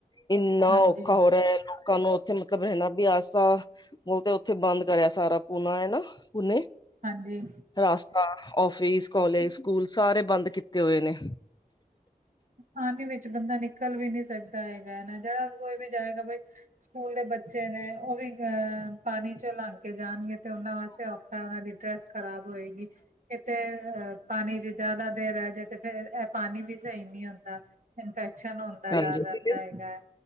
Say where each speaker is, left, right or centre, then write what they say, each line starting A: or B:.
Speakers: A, on the left (about 25°); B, on the right (about 55°).
A: ਇੰਨਾ
B: ਹਾਂਜੀ
A: ਔਖਾ ਹੋ ਰਿਹਾ ਐ। ਲੋਕਾਂ ਨੂੰ ਉੱਥੇ ਮਤਲਬ ਰਹਿਣਾ ਵੀ ਆਸਤਾ ਉਹ ਤੇ ਉੱਥੇ ਬੰਦ ਕਰਿਆ ਸਾਰਾ, ਪੂਣਾ ਹੈ ਨਾ ਪੂਨੇ
B: ਹਾਂਜੀ।
A: ਰਾਸਤਾ, ਆਫਿਸ, ਕਾਲਜ, ਸਕੂਲ ਸਾਰੇ ਬੰਦ ਕੀਤੇ ਹੋਏ ਨੇ।
B: ਪਾਣੀ ਵਿੱਚ ਬੰਦਾ ਨਿਕਲ ਵੀ ਨੀ ਸਕਦਾ ਹੈਗਾ ਨਾ ਜਿਹੜਾ ਕੋਈ ਵੀ ਜਾਏਗਾ ਬਈ ਸਕੂਲ ਦੇ ਬੱਚ ਬੱਚੇ ਨੇ ਉਹ ਵੀ ਅ ਪਾਣੀ ਚੋਂ ਲੰਘ ਕੇ ਜਾਣਗੇ ਤੇ ਉਹਨਾਂ ਵਾਸਤੇ ਔਖਾ, ਉਹਨਾਂ ਦੀ ਡਰੈੱਸ ਖ਼ਰਾਬ ਹੋਏਗੀ, ਕਿਤੇ ਅਹ ਪਾਣੀ ਜੇ ਜਿਆਦਾ ਦੇਰ ਰਹਿ ਜੇ ਤੇ ਫਿਰ ਐ ਪਾਣੀ ਵੀ ਸਹੀ ਨੀ ਹੁੰਦਾ, ਇਨਫੈਕਸ਼ਨ ਹੋਣ
A: ਹਾਂਜੀ,
B: ਦਾ ਡਰ ਰਹਿੰਦਾ ਹੈਗਾ ਐ।